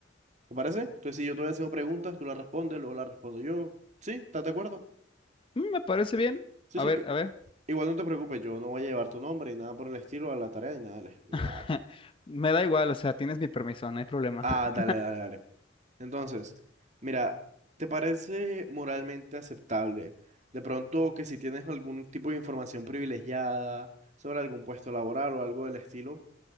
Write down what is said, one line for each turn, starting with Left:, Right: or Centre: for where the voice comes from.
Right: ¿Te parece? Entonces, si yo te voy haciendo preguntas, tú las respondes, luego las respondo yo. ¿Sí? ¿Estás de acuerdo?
Left: Mm, me parece bien.
Right: Sí,
Left: A
Right: sí.
Left: ver,
Right: i-
Left: a ver.
Right: Igual no te preocupes, yo no voy a llevar tu nombre ni nada por el estilo a la tarea ni nada. le- ni nada.
Left: <laughs> Me da igual, o sea, tienes mi permiso, no hay problema.
Right: Ah,
Left: <laughs>
Right: dale, dale, dale. Entonces, mira, ¿te parece moralmente aceptable? De pronto que si tienes algún tipo de información privilegiada sobre algún puesto laboral o algo del estilo,